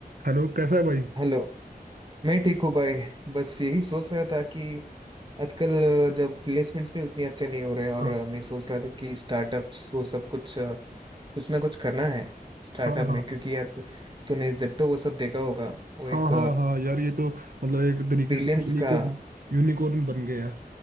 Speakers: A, on the right; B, on the right.
A: Hello कैसा है भाई
B: Hello मैं ठीक हूँ भाई बस यही सोच रहा था कि आजकल अ, जब प्लेसमेंट्स भी उतनी अच्छे नहीं हो रहे हैं और
A: हाँ
B: अ, मैं सोच रहा था कि स्टार्टअप्स वो सब कुछ अ, कुछ ना कुछ करना है स्टार्टअप
A: हाँ हाँ
B: में क्योंकि
A: हाँ
B: आज तूने जेप्टो वो सब देखा होगा वो
A: हाँ
B: एक
A: हाँ हाँ यार ये तो मतलब एक तरीके
B: बिलियंस
A: से यूनिकॉर्न
B: का
A: यूनिकॉर्न बन गया है